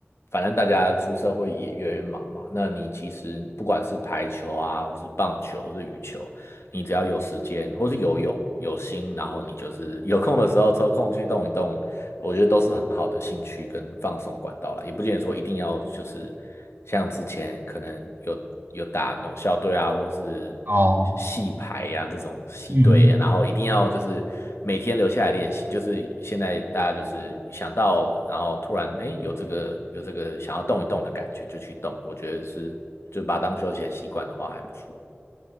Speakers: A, on the left (about 75°); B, on the right (about 55°).
A: 反正大家出社会也越来越忙嘛，那你其实不管是排球啊，或是棒球，或是羽球。你只要有时间，或是游泳，有心，然后你就是有空的时候抽空去动一动，我觉得都是很好的兴趣跟放松管道啦，也不见得说一定要就是像之前可能有有打那种校队啊，或者是
B: 哦，
A: 系排呀、这种系队，
B: 嗯哼。
A: 然后一定要就是每天留下来练习。就是现在大家就是想到，然后突然哎有这个有这个想要动一动的感觉就去动，我觉得是就把它当休闲习惯的话还不错。